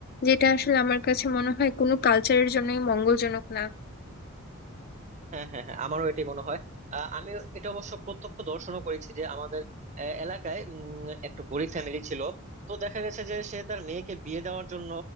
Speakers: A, on the left; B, on the right.
A: যেটা আসলে আমার কাছে মনে হয় কোনো কালচারের জন্যই মঙ্গলজনক না
B: হ্যাঁ হ্যাঁ হ্যাঁ আমারও এটাই মনে হয় আহ, আমি এটা অবশ্য প্রত্যক্ষ দর্শনও করেছি যে আমাদের আহ, এলাকায় উম, একটা গরিব ফ্যামিলি ছিল তো দেখা গেছে যে সে তার মেয়েকে বিয়ে দেওয়ার জন্য